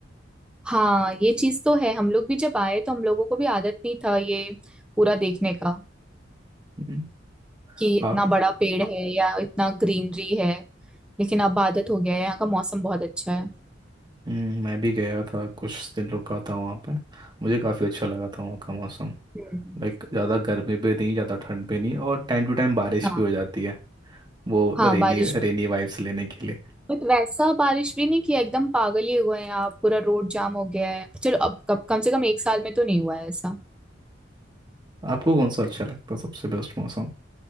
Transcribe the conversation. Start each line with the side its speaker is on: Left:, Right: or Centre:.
Centre: हाँ ये चीज तो है हम लोग भी जब आए तो हम लोगों को भी आदत नहीं था ये पूरा देखने का
Right: हम्म,
Centre: कि इतना
Right: आप
Centre: बड़ा पेड़ है या इतना ग्रीनरी है लेकिन अब आदत हो गया है यहाँ का मौसम बहुत अच्छा है
Right: हम्म, मैं भी गया था कुछ दिन रुका था वहाँ पे मुझे काफ़ी अच्छा लगा था वहाँ का मौसम
Centre: हम्म।
Right: लाइक ज़्यादा गर्मी भी नहीं ज़्यादा ठंड भी नहीं और टाइम टू टाइम बारिश
Centre: हाँ
Right: भी हो जाती है वो
Centre: हाँ
Right: रेनी
Centre: बारिश
Right: रेनी
Centre: भी
Right: वाइब्स लेने के लिए
Centre: बट वैसा बारिश भी नहीं किया एकदम पागल ही हुए हैं आप पूरा रोड जाम हो गया है चलो अब कब कम से कम एक साल में तो नहीं हुआ है ऐसा
Right: आपको कौन सा अच्छा लगता है सबसे बेस्ट मौसम